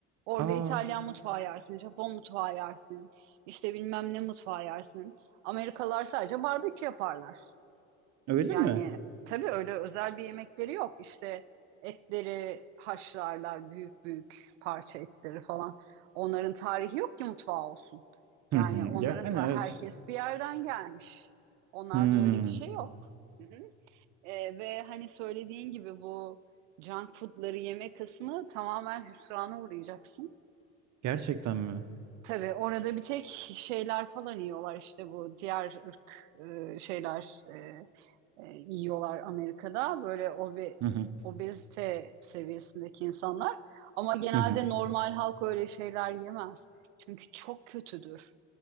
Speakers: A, on the right; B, on the right.
A: Orada
B: Aa,
A: İtalyan mutfağı yersin, Japon mutfağı yersin, işte bilmem ne mutfağı yersin. Amerikalılar sadece barbekü yaparlar.
B: öyle
A: Yani
B: mi?
A: tabii öyle özel bir yemekleri yok. İşte etleri haşlarlar, büyük büyük parça etleri falan. Onların tarihi yok ki mutfağı olsun.
B: Hı
A: Yani
B: hı.
A: onların
B: Yani
A: ta
B: evet.
A: herkes bir yerden gelmiş. Onlarda
B: Hmm.
A: öyle bir şey yok. Hı hı. Ee, ve hani söylediğin gibi bu junk foodları yeme kısmı tamamen hüsrana uğrayacaksın.
B: Gerçekten mi?
A: Tabii orada bir tek şeyler falan yiyorlar işte bu diğer ırk e, şeyler e, e, yiyorlar Amerika'da. Böyle obe,
B: Hı hı.
A: obezite seviyesindeki insanlar. Ama genelde
B: Hı hı.
A: normal halk öyle şeyler yemez. Çünkü çok kötüdür.